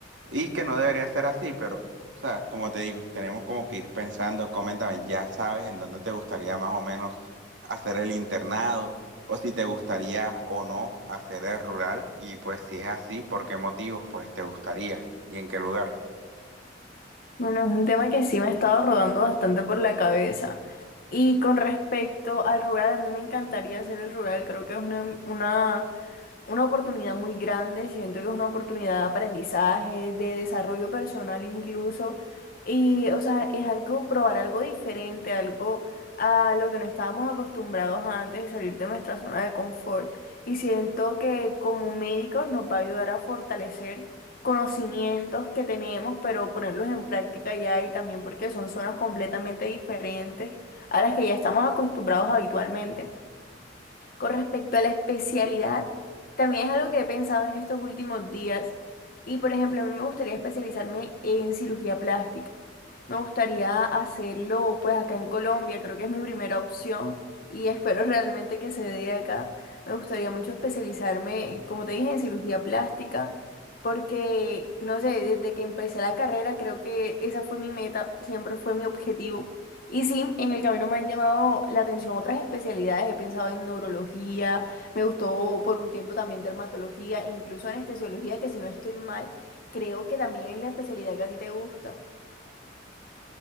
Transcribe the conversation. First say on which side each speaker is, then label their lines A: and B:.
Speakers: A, on the right; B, on the left.
A: Y que no debería ser así, pero, o sea, como te digo, tenemos como que ir pensando, coméntame, ya sabes en dónde te gustaría más o menos hacer el internado. O si te gustaría o no hacer el rural, y pues si es así, ¿por qué motivos pues te gustaría y en qué lugar?
B: Bueno, es un tema que sí me ha estado rodando bastante por la cabeza. Y con respecto al rural, a mí me encantaría hacer el rural. Creo que es una, una, una oportunidad muy grande. Siento que es una oportunidad de aprendizaje, de desarrollo personal incluso. Y, o sea, es algo, probar algo diferente, algo a lo que no estábamos acostumbrados antes, salir de nuestra zona de confort. Y siento que como médicos nos va a ayudar a fortalecer conocimientos que tenemos, pero ponerlos en práctica ya y también porque son zonas completamente diferentes a las que ya estamos acostumbrados habitualmente. Con respecto a la especialidad, también es algo que he pensado en estos últimos días y, por ejemplo, a mí me gustaría especializarme en cirugía plástica. Me gustaría hacerlo pues acá en Colombia, creo que es mi primera opción y espero <laughs> realmente que se dé acá. Me gustaría mucho especializarme, como te dije, en cirugía plástica, porque no sé, desde que empecé la carrera creo que esa fue mi meta, siempre fue mi objetivo. Y sí, en el camino me han llamado la atención otras especialidades, he pensado en neurología, me gustó por un tiempo también dermatología, incluso anestesiología, que si no estoy mal, creo que también es la especialidad que a ti te gusta.